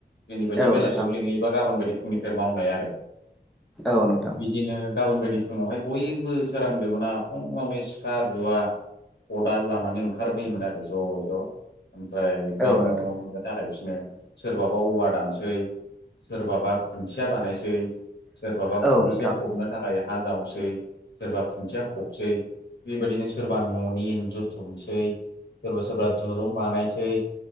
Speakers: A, on the left; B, in the centre.
A: दिनै बायदि
B: औ
A: बेलासियाव
B: नोंथां
A: लिङहैयोबा गाबोन बायदि फुंनिफ्राय मावनाय आरो
B: औ नोंथां
A: बिदिनो गाबोन बायदि फुङावहाय बयबो सोरांग्रोमोना फुङावनो सिखा रुवा खदाल लानानै ओंखारबोयोमोन आरो ज' ज' ओमफ्राय बे
B: औ नोंथां औ
A: न'
B: नोंथां
A: लुनो दाखायफिनो सोरबाबा औवा दानसै सोरबाबा खुन्थिया बानायसै सोरबाबा
B: औ
A: खुन्थिया
B: नोंथां
A: फबनो थाखाय हा जावसै सोरबा खुन्थिया फबसै बेबायदिनो सोरबा न'नि इन्जुर दुमसै सोरबा सोरबा दुरुं बानायसै